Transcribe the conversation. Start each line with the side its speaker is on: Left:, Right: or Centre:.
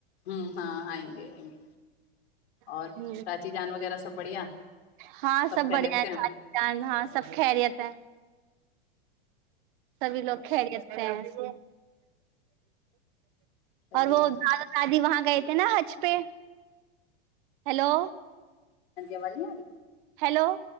Left: ہوں ہاں آئیں گے آئیں گے اور
Right: ہ
Left: چاچی جان وغیرہ سب بڑھیا
Right: ہاں سب
Left: خیریت
Right: بڑھیا ہے
Left: سے ہیں
Right: چا چان ہاں سب خیریت ہے سبھی لوگ کھیل آ ہیں س ل
Left: چلیے
Right: اور وہ
Left: ہاں
Right: دال دادی وہاں گئے تھے نا حج پہ ہیلو
Left: ہاں جی آوازی آی
Right: ہیلو